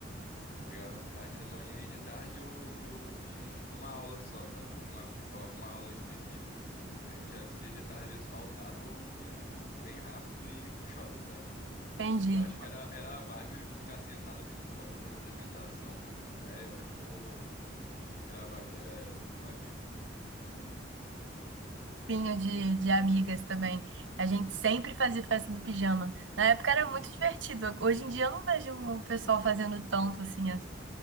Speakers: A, on the left; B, on the right.
A: Pegava essa parte da manhã e de tarde eu, eu tinha, tipo, uma aula só, sabe? Tipo, alguma, tipo, alguma aula específica, assim. Aí eu tirava esse dia de tarde, às vezes faltava, ou ia, tipo, bem rápido e ia pro shopping, sabe?
B: Entendi.
A: Que eu acho que era, era a vibe ficar sentado ali no shopping, na praça de alimentação, trocando ideia. Eu acho que era, o- era a vibe da galera, era muito maneiro.
B: Grupinho de, de amigas também. A gente sempre fazia festa do pijama. Na época era muito divertido. Hoje em dia eu não vejo o pessoal fazendo tanto assim, a,